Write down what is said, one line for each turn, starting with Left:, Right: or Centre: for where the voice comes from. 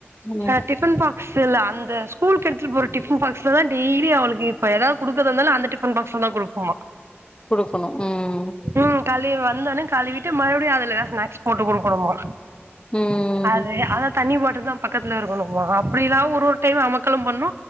Left: ம்
Right: இல்லாட்டி டிஃபன் பாக்ஸ்ல அந்த ஸ்கூலுக்கு எடுத்துட்டு போற டிஃபன் பாக்ஸ்லதா டெய்லி அவளுக்கு இப்ப எதாது குடுக்கிறதாயிருந்தாலு அந்த டிஃபன் டிஃபன்பாக்சுல தா கொடுக்னுமா
Left: குடுக்கணு ம்
Right: ம் கழுவி வந்தோனே கழுவிட்டு மறுபடியு அதுல தா ஸ்நாக்ஸ் போட்டு கொடுக் கனுமா
Left: ம்
Right: அது அதா தண்ணி பாட்டில் தா பக்கத்துல இருக்கணும்மா, அப்படில்லா ஒரு ஒரு டைம் அமக்களம் பண்ணு.